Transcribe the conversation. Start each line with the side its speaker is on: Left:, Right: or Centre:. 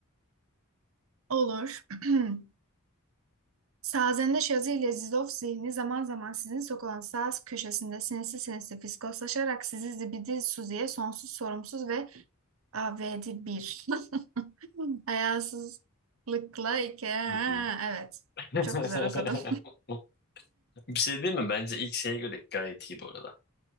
Right: Olur. <clears throat> Sazende Şazı ile Zizov zihni zaman zaman sizin sokulan saz köşesinde sinsi sinsi fiskoslaşarak sizi zibidi suziye sonsuz sorumsuz ve avedi bir. <laughs> Hayasızlıkla iki. Ha,
Left: Hı hı.
Right: Evet.
Left: <laughs>
Right: Çok güzel okudum.
Left: Bir şey değil mi? Bence ilk şeye göre gayet iyi bu arada.